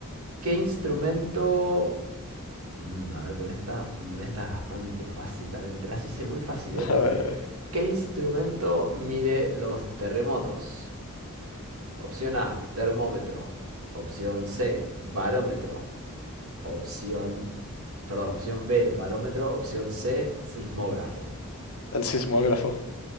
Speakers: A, on the right; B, on the left.
A: ¿Qué instrumento... Mm, a ver con esta. Mm, esta es bastante fácil también. Te las hice muy fácil,
B: <laughs>
A: ¿eh? Pero
B: A ver,
A: dale. ¿Qué instrumento mide los terremotos? Opción A, termómetro. Opción C, barómetro. Opción, perdón, opción B, barómetro. Opción C, sismógrafo.
B: el sismógrafo.